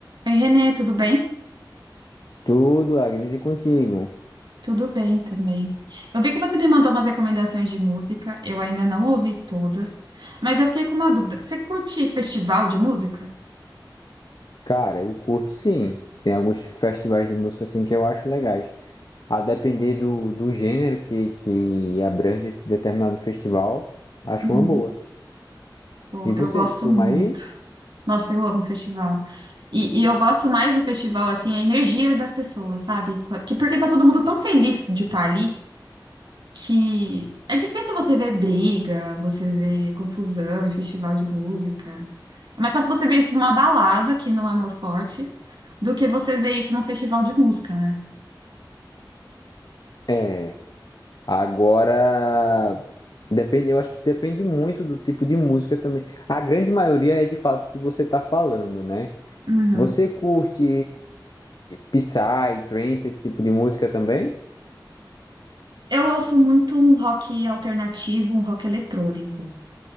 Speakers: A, on the right; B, on the left.
A: Oi, Renê, tudo bem?
B: Tudo, Agnes, e contigo?
A: Tudo bem também. Eu vi que você me mandou umas recomendações de música, eu ainda não ouvi todas, mas eu fiquei com uma dúvida. Você curte festival de música?
B: Cara, eu curto sim. Tem alguns festivais de música assim que eu acho legais. A depender do, do gênero que, que abrange esse determinado festival, acho
A: Uhum.
B: uma boa.
A: Pô,
B: E você,
A: eu gosto
B: costuma
A: muito.
B: ir?
A: Nossa, eu amo festival. E, e eu gosto mais do festival, assim, a energia das pessoas, sabe? Que, porque tá todo mundo tão feliz de estar ali. que é difícil você ver briga, você ver confusão em festival de música. É mais fácil você ver isso numa balada, que não é meu forte, do que você ver isso num festival de música, né?
B: É. Agora, depende, eu acho que depende muito do tipo de música também. A grande maioria é de fato o que você está falando, né?
A: Uhum.
B: Você curte Psy, Trance, esse tipo de música também?
A: Eu ouço muito um rock alternativo, um rock eletrônico.